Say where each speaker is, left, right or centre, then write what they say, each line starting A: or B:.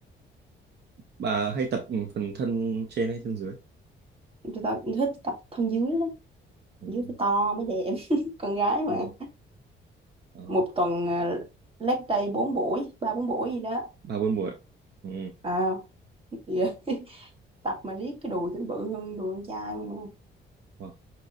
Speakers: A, on the right; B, on the right.
A: Bà hay tập phần thân trên hay thân dưới?
B: tôi tập thích tập thân dưới lắm
A: Ừ.
B: dưới phải to mới đẹp <laughs> con gái mà
A: Ồ, ờ,
B: một tuần ờ, leg day bốn buổi ba bốn buổi gì đó
A: bà buôn buổi. Ừ.
B: à <laughs> tập mà riết cái đùi cho nó bự hơn đùi con trai mà
A: Wow,